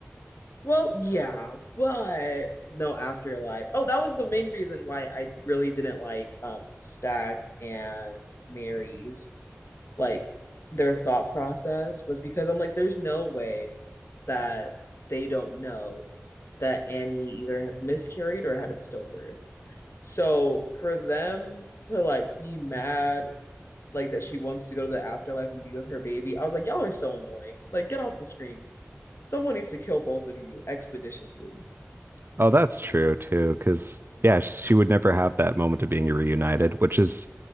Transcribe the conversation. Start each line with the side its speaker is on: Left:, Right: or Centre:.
Left: Well, yeah, but no afterlife. Oh, that was the main reason why I really didn't like um Stack and Mary's like their thought process was because I'm like, there's no way that they don't know that Annie either miscarried or had a stillbirth. So for them to like be mad, like that she wants to go to the afterlife and be with her baby, I was like, y'all are so annoying. Like, get off the screen. Someone needs to kill both of you expeditiously.
Right: Oh, that's true too, because yeah, she would never have that moment of being reunited, which is